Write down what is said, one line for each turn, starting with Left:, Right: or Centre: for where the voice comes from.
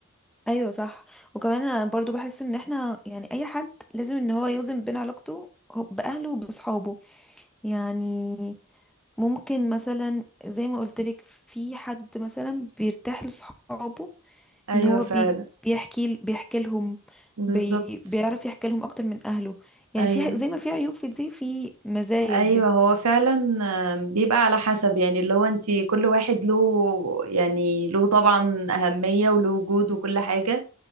Centre: ايوه صح وكمان انا برضو بحس ان احنا يعني اي حد لازم ان هو يوزن بين علاقته هو- باهله وبصحابه يعني ممكن مثلا زي ما قلت لك في حد مثلا بيرتاح لصحابه
Right: أيوة
Centre: ان هو
Right: فعلا
Centre: بي بيحكي بيحكي لهم
Right: بالظبط
Centre: بي بيعرف يحكي لهم اكتر من اهله يعني
Right: ايوه
Centre: في ح- زي ما في عيوب في دي في مزايا
Right: ايوه
Centre: دي
Right: هو فعلا آم، بيبقى على حسب يعني اللي هو انت كل واحد له يعني له طبعا اهميه وله وجود وكل حاجه